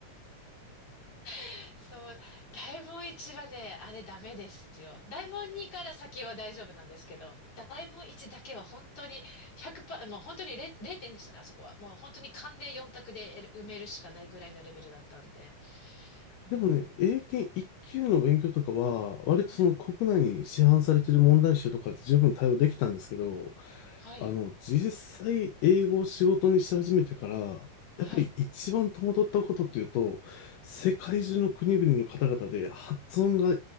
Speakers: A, on the left; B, on the left.
A: <laughs> そう、大門一はね、あれダメですよ。大門二から先は大丈夫なんですけど、大門一だけは本当に100%、もう本当に0、0点でしたね、あそこは。もう本当に勘で4択で埋めるしかないぐらいのレベルだったんで。うん。
B: でもね、英検1級の勉強とかは、割とその国内に市販されてる問題集とかって十分対応できたんですけど、
A: はい。はい。
B: あの、実際英語を仕事にし始めてから、やっぱり一番戸惑ったことっていうと、
A: はい。
B: 世界中の国々の方々で発音が